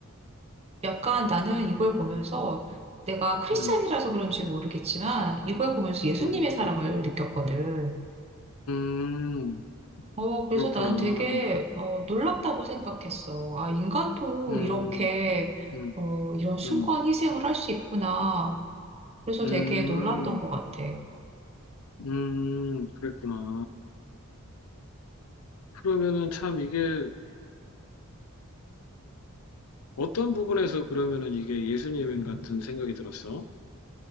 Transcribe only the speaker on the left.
음,
음,
음,
그렇구나.
음,
음,
음,
음.
음, 그랬구나. 그러면은 참 이게 어떤 부분에서 그러면은 이게 예수님 같은 생각이 들었어?